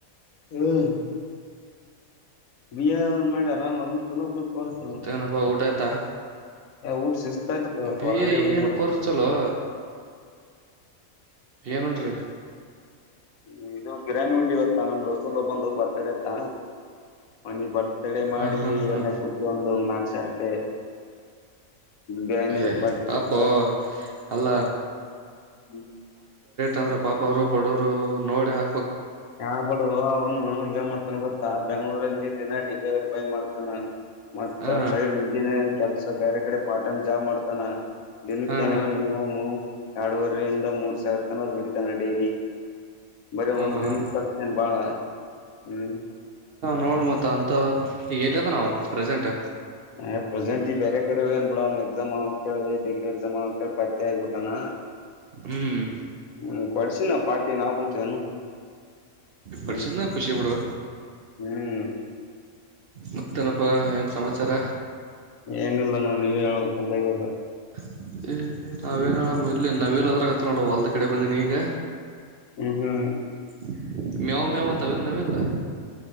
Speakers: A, on the left; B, on the right.
A: ಹ್ಮ್ ಬಿಿಯ ಮಾಡ್ಯ ಾಮ್ ಅದ್ ಚಲೋ ಕೋರ್ಸ
B: ಮತ್ತೇನಪ್ಪಾ ಊಟ ಆಯ್ತಾ
A: ಊಟ ಸುಸ್ತಾಯತ್ ಪ
B: ಬಿ
A: ಹೊರಗಡೆ
B: ಎ
A: ಹೋಗಿದ್ದ
B: ಏನ್
A: ಹ್ಮ
B: ಕೋರ್ಸ್ ಚಲೋ ಏನೂನ್ರಿ
A: ್ಮ ಇದು ಬಿರಿ್ಯಾನಿ ಉಂಡಿವತ್ತ ನಮ್ ದೋಸ್ತಂದ ಒಬ್ಬವಂದ ಬರ್ತಡ ಇತ್ತ ಅವನೀಗ ತಡೆ ಮಾಡಿಟಕ
B: ಹ ಹಾ ಹಾ
A: ಬಿಿಡ್ವಿ ಒಂದು ನಾಲ್ಕ ಸಾವಿರ ರೂಪಾಯಿ ಬಿರಿ್ಯಾನಿ
B: ಏ
A: ಪಾರ್ಟಿ
B: ಪಾಪೋ
A: ಕೊಡಿಸಿದ
B: ಅಲ್ಲ
A: ಹ್ಮ
B: ಇಂದ್ರ ಪಾಪ ಅವರು ಬಡವರು ನೋಡಿ ಹಾ
A: ಯಾ ಬಡು ಅವನು ಯಏ ಮಾಡ್ತಾನ ಗೊತ್ತ ಆ ಬೆಂಗ್ಳೂರಲ್ಲಿ ದಿನ ಡಿಲಿವರಿ ಬಾಯ್ ಮಾಡ್ತೇನೆ ನಾನು ಮತ್ತ
B: ಹ
A: ಸೈಡ್ ಮುಂಜಾನೆ ಕೆಲ್ಸ ಬೇರೆ ಕಡೆ ಪಾರ್ಟ್ ಟೈಮ್ ಜಾಬ್ ಮಾಡ್ತಾನ ದಿನಕ್ಕೆ
B: ಹಾ
A: ಏನಿಲ್ಲ ಮಿನಿಮಮ್ ಎರಡುವರೆ ಂದ ಮೂರ್ ಸಾವಿರ ತನ ದುಡಿ ಡೈಲಿ ಬರೇ ಒಂದಿನದ
B: ಹ ಹ
A: ಕರ್ತೇನೆ ಬಾಳ ಹ್ಮ್
B: ನೋಡ ಮತ್ತ ಅಂತ ಈಗ ಎಲ್ ಅದ ನಾವು ಪ್ರೆಸೆಂಟ್
A: ಅ್ ಪ್ರೆಟ್ ಬೇರೆ ಕಡೆ ಅನ್ಬಿಡ ಅವ್ನು ಎಕ್ಸಾಮ್ಂತೇಳಿ ಡಿಗ್ರಿ ಎಕ್ಸಾಮ್ ಅವ ಅಂತೇಳಿ ಪತ್ತೆ ಆಗಿಬಿಟ್ಟಾನ
B: ಹ್ಮ್
A: ಹ್ಮ್ ಕೊಡ್ಸಿನ ಪಾರ್ಟಿ ನ ಆಗ್ಬಿಡ್ತಿದಾನು
B: ಪಡ್ಸಿದ್ನ
A: ಹ್ಮ್
B: ಖುಷಿ ಬಿಡು
A: ಹ್ಮ್
B: ಮತ್ತೇನಪ್ಪಾ ಏನ ಸಮಾಚಾರ
A: ಏನಿಲ್ಲ ನೋ ನೀವ ಹೇಳಲ್ಲ ಇವಾಗ
B: <inaudible> <unintelligible>
A: ಹ್ಮ್
B: ನಾವ್ ಇಲ್ ಹೋದ್ರಾಗತ್ತ ನೋಡು ಹೊಲ್ದ್ ಕಡೆ ಬಂದೇಿನಿ ಈಗ
A: ಹ್ಮ ಹ್ಮ್
B: <inaudible> ಮ್ಯವು್ ಮ್ಯಾವ್ ಅಂತವೆಲ್ಲ ನಾವ ಇಲ್ಲ